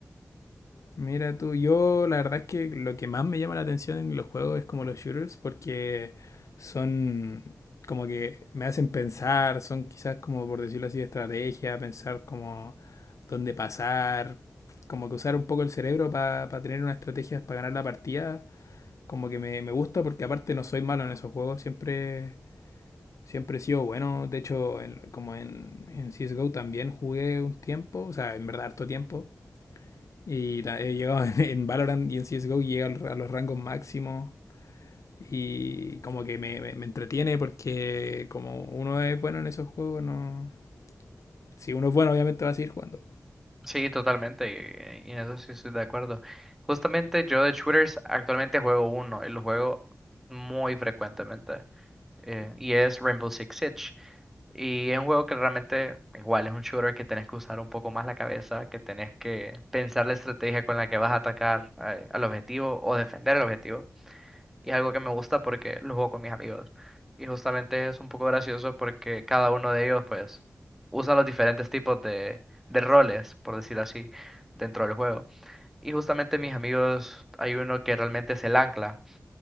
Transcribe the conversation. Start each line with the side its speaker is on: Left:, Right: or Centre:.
Left: Mira tú, yo la verdad es que lo que más me llama la atención en los juegos es como los shooters, porque son como que me hacen pensar, son quizás como por decirlo así, estrategia, pensar como dónde pasar, como que usar un poco el cerebro para tener unas estrategias para ganar la partida, como que me, me gusta porque aparte no soy malo en esos juegos, siempre, siempre he sido bueno, de hecho en- como en, en CSGO también jugué un tiempo, o sea, en verdad harto tiempo. Y na- he llegado <laughs> en, en Valorant y en CSGO y llega a los rangos máximos. Y como que me, me- me entretiene porque como uno es bueno en esos juegos, no... Si uno es bueno, obviamente va a seguir jugando.
Centre: Sí, totalmente, y, y en eso sí estoy de acuerdo. Justamente yo de shooters actualmente juego uno y lo juego muy frecuentemente, eh, y es Rainbow Six Siege. Y es un juego que realmente, igual, es un shooter que tenés que usar un poco más la cabeza, que tenés que pensar la estrategia con la que vas a atacar eh, al objetivo o defender el objetivo. Y es algo que me gusta porque lo juego con mis amigos. Y justamente es un poco gracioso porque cada uno de ellos, pues, usa los diferentes tipos de, de roles, por decir así, dentro del juego. Y justamente mis amigos, hay uno que realmente es el ancla,